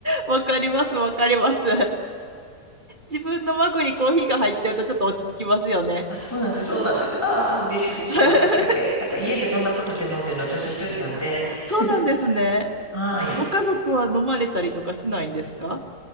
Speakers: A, on the right; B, in the centre.
A: わかります。わかります。自分のマグにコーヒーが入ってるとちょっと落ち着きますよね。
B: あ、そうなんです、そうなんです。ああ、嬉しいです。
A: <laughs>
B: 分かってくれて。だから家でそんなことして飲んでるの私一人なんで。
A: そうなんですね。
B: <laughs> はい。
A: ご家族は飲まれたりとかしないんですか